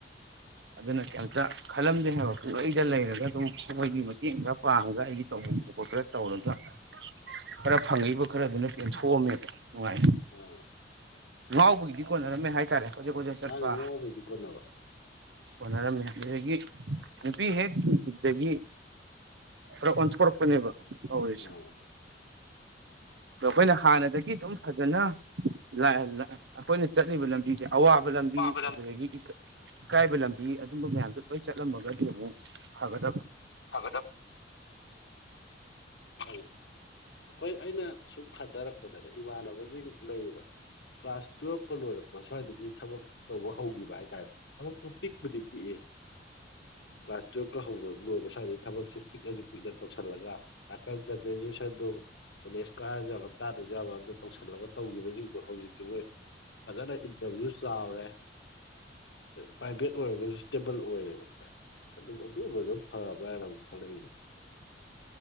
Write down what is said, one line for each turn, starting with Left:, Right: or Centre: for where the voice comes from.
Left: <unintelligible>
Right: ꯑꯗꯨꯅ ꯀꯩꯝꯇ ꯈꯜꯂꯝꯗꯦ ꯍꯥꯏꯕ ꯄꯨꯡꯂꯩꯗ ꯂꯩꯔꯒ ꯑꯗꯨꯝ ꯃꯣꯏꯒꯤ ꯃꯇꯦꯡ ꯈꯔ ꯄꯥꯡꯉꯒ ꯑꯩꯒꯤ ꯇꯧꯗ ꯈꯣꯠ ꯈꯔ ꯇꯧꯔꯒ ꯈꯔ ꯐꯪꯉꯛꯏꯕ ꯈꯔꯗꯨꯅ ꯄꯦꯟꯊꯣꯛꯑꯝꯃꯦꯕ ꯅꯨꯡꯉꯥꯏ
Left: ꯑꯥ
Right: ꯉꯥꯎꯕꯒꯤꯗꯤ ꯀꯣꯟꯅꯔꯝꯃꯦ ꯍꯥꯏꯇꯥꯔꯦ ꯍꯧꯖꯤꯛ ꯈꯖꯛ ꯆꯠꯄ
Left: ꯃꯥꯅꯦ ꯉꯥꯎꯕꯩꯗꯤ ꯀꯣꯟꯅꯕ
Right: ꯍꯅꯔꯝꯃꯤꯗꯒꯤ ꯅꯨꯄꯤ ꯍꯦꯛꯈꯤꯈꯤꯕꯗꯒꯤ ꯑꯣꯟꯁ ꯀꯣꯔꯔꯄꯅꯤꯕ ꯍꯁ
Left: ꯑꯥ
Right: ꯑꯗꯣ ꯑꯩꯈꯣꯏꯅ ꯍꯥꯟꯅꯗꯒꯤ ꯑꯗꯨꯝ ꯐꯖꯅ ꯂꯥꯛꯑꯦ ꯂꯥꯛꯑꯦ ꯑꯩꯈꯣꯏꯅ ꯆꯠꯂꯤꯕ ꯂꯝꯕꯤꯁꯦ ꯑꯋꯥꯕ ꯂꯝꯕꯤ
Left: ꯄꯥꯕ ꯂꯝ
Right: ꯑꯗꯨꯗꯒꯤ ꯏꯀꯥꯏꯕ ꯂꯝꯕꯤ ꯑꯗꯨꯝꯕ ꯃꯌꯥꯝꯁꯨ ꯂꯣꯏ ꯆꯠꯂꯝꯃꯒꯗꯤ ꯑꯃꯨꯛ ꯐꯒꯗꯕ
Left: ꯍꯥꯏꯒꯗꯣ ꯐꯦ ꯑꯩꯈꯣꯏ ꯑꯩꯅ ꯁꯨꯝ ꯈꯥꯗꯔꯛꯄꯗꯅꯦ ꯏꯃꯥꯟꯅꯕꯁꯤꯡ ꯂꯩꯌꯦꯕ ꯀ꯭ꯂꯥꯁ ꯇꯨꯌꯦꯦꯜꯞꯀ ꯂꯣꯏꯔꯛꯄ ꯁ꯭ꯋꯥꯏꯗꯒꯤ ꯊꯕꯛ ꯇꯧꯕ ꯍꯧꯈꯤꯕ ꯍꯥꯏꯇꯥꯔꯦ ꯄꯤꯛꯗꯤꯤ ꯀ꯭ꯂꯥꯁ ꯇꯨꯌꯦꯜꯞꯀ ꯍꯧꯕ ꯂꯣꯏꯕ ꯁꯥꯗꯤ ꯊꯕꯛꯁꯦ ꯄꯤꯛꯅꯁꯨ ꯄꯤꯛꯅ ꯇꯧꯁꯤꯜꯂꯒ ꯇꯀꯗ ꯭ꯔꯖꯁ ꯟꯗ ꯀꯣꯂꯦꯖ ꯀꯥꯔ ꯌꯥꯕ ꯀꯥꯔꯁꯨ ꯌꯥꯕ ꯑꯝꯇ ꯇꯧꯁꯜꯂꯒ ꯇꯧꯈꯤꯕꯁꯤꯡꯗꯣ ꯍꯧꯖꯤꯛꯇꯤ ꯃꯣꯏ ꯐꯖꯅ ꯏꯟꯇꯔꯚꯤꯌꯨ ꯆꯥꯎꯔꯦ ꯄ꯭ꯔꯥꯏꯚꯦꯠ ꯑꯣꯏꯔꯒꯁꯨ ꯁ꯭ꯇꯦꯕꯜ ꯑꯣꯏꯔꯦꯕ ꯑꯗꯨꯝ ꯑꯗꯨꯝꯕ ꯑꯗꯨꯝ ꯐꯕ꯭ꯔꯥ ꯍꯥꯏꯅ ꯑꯃꯨꯛ ꯈꯜꯂꯛꯏꯅꯦ